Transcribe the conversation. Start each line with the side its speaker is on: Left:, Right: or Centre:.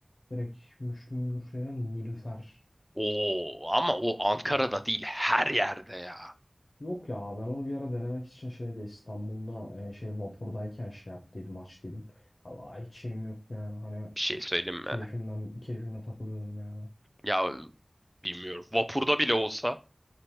Left: Direkt Müslüm Gürses'ten Nilüfer.
Centre: Oo ama o Ankara'da
Left: Direkt.
Centre: değil her yerde ya.
Left: Yok ya ben onu bir ara denemek için şeyde İstanbul'da e, şey vapurdayken şey yaptıydım açtıydım. Ama hiç şeyim yok yani hani
Centre: Bir şey söyleyeyim
Left: keyfimden
Centre: mi?
Left: keyfimle takılıyordum yani.
Centre: Ya bilmiyorum. Vapurda bile olsa.